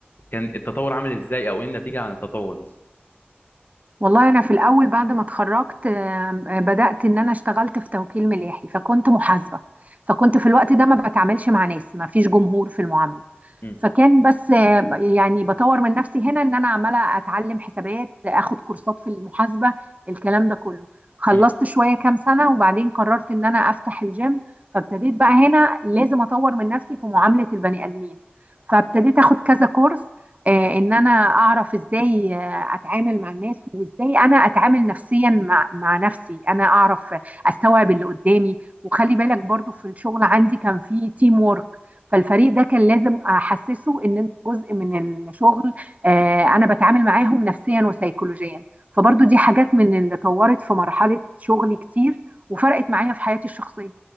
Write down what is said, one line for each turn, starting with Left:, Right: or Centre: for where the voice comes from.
Left: كان التطور عامل ازاي او ايه النتيجه عن التطور ده
Right: والله انا في الاول بعد ما اتخرجت آم، آه، بدأت ان انا اشتغلت في توكيل ملاحي فكنت محاسبة فكنت في الوقت ده ما بتعاملش مع ناس ما فيش جمهور في المعاملة
Left: مم.
Right: فكان بس آه، يعني بطور من نفسي هنا ان انا عماله اتعلم حسابات اخد كورسات في المحاسبه الكلام ده كله خلصت
Left: مم.
Right: شويه كام سنه وبعدين قررت ان انا افتح الجيم فابتديت بقى هنا لازم اطور من نفسي في معامله البني ادمين فابتديت اخد كذا كورس آه، ان انا اعرف ازاي آه، اتعامل مع الناس وازاي انا اتعامل نفسيا مع مع نفسي انا اعرف استوعب اللي قدامي وخلي بالك برضو في الشغل عندي كان في تيم وورك فالفريق ده كان لازم احسسه ان انت جزء من الشغل آه، انا بتعامل معاهم نفسيا وسيكولوجيا فبرضو دي حاجات من اللي طورت في مرحلة شغلي كتير وفرقت معايا في حياتي الشخصية